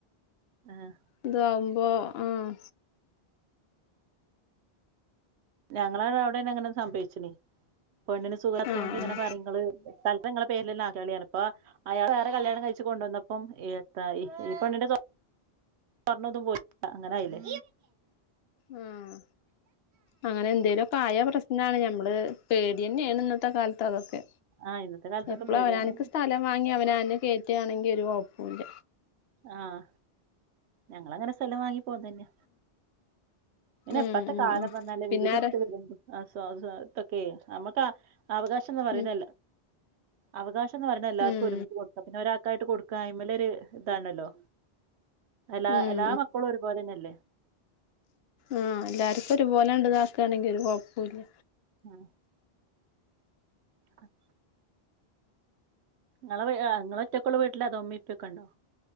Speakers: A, on the right; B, on the left.
A: ആഹ്
B: ഇതാവുമ്പോ ആഹ്
A: ഞങ്ങളവിടെന്നെ ഇങ്ങനെ സംഭവച്ചിനി പെണ്ണിന് സുഖല്ലാത്തോണ്ട്
B: ആഹ്
A: ഇങ്ങനെ
B: ആഹ്
A: പറയും ഇങ്ങള് തൽ ക്കാലം ഇങ്ങളെ പേരിലന്നെ ആക്കിയാളി പറഞ്ഞ് ഇപ്പൊ അയാള് വേറെ കല്യാണം കഴിച്ച് കൊണ്ടുവന്നപ്പംഎത്തായി ഈ പെണ്ണിന്റെ സ്വർ ണതും പോയില്ലെ അങ്ങനായില്ലേ
B: ആഹ് അങ്ങനെന്തെലൊക്കെ ആയ പ്രശ്നാണ് ഞമ്മള് പേടിയെന്നേണ് ഇന്നത്തെ കാലത്ത വസ്ഥേ
A: ആ ഇന്നത്തെ കാലത്തൊക്കെ
B: എപ്പഴും
A: പേടിയാണ്
B: അവനാന്ക്ക് സ്ഥലം വാങ്ങി അവനാനെന്നെ കെറ്റാണെങ്കി ഒരു കൊഴപ്പുല്ല
A: ആഹ് ഞങ്ങളങ്ങനെ സ്ഥലം വാങ്ങി പോന്നന്നെ പിന്നെ
B: ഉം
A: ഇപ്പത്തെ
B: ഉം
A: കാലന്ന്
B: ഉം
A: പറഞ്ഞാലേ
B: പിന്നാരെ
A: വീടെടുത്ത് വരുമ്പോ അസ്വസ്വതക്കെ നമ്മക്ക് അവകാശംന്ന് പറയുന്നല്ല
B: ഉം
A: അവകാശ ന്ന് പറയന്നത് എല്ലാവർക്കും
B: ഉം
A: ഒരുമിച്ച് കൊട്ത്താ പിന്നെ ഒരാൾക്കായട്ട് കൊടുക്ക അയ്മേല് ഒരു ഇതാണല്ലോ എല്ലാ
B: ഉം
A: എല്ലാ മക്കളും ഒരുപോലെ തന്നെയല്ലേ
B: ആഹ് എല്ലാര്ക്കും ഒരുപോലെ ആണ്ട് ഇതാക്കയാണെങ്കി ഒരു കൊഴപ്പുല്ല
A: ആഹ് അ <unintelligible> നിങ്ങള് ഒറ്റക്കൊള്ളു വീട്ടില് അതോ ഉമ്മീം ഇപ്പയുക്കെ ഉണ്ടോ